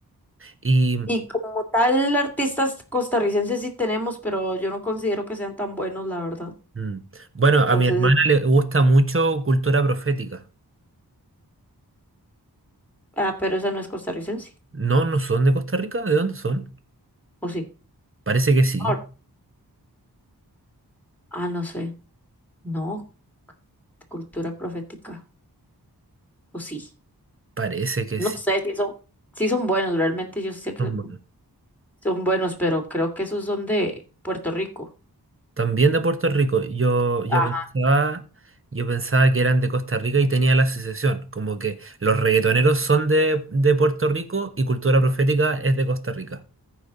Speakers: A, on the right; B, in the centre.
A: Y
B: Y como tal, artistas costarricenses sí tenemos, pero yo no considero que sean tan buenos, la verdad.
A: mm, bueno,
B: Entonces,
A: a mi hermana le gusta mucho cultura profética.
B: ah, pero esa no es costarricense,
A: No, no son de Costa Rica, ¿de dónde son?
B: ¿o sí?
A: Parece que sí,
B: Ahora- Ah, no sé. No, cultura profética, ¿o sí?
A: parece que
B: No
A: sí.
B: sé si son, si son buenos, realmente yo sí sé que
A: Son buenos.
B: Son buenos, pero creo que esos son de Puerto Rico.
A: También de Puerto Rico. Yo, yo
B: Ajá.
A: pensaba, yo pensaba que eran de Costa Rica y tenía la asociación, como que los reggaetoneros son de, de Puerto Rico y cultura profética es de Costa Rica.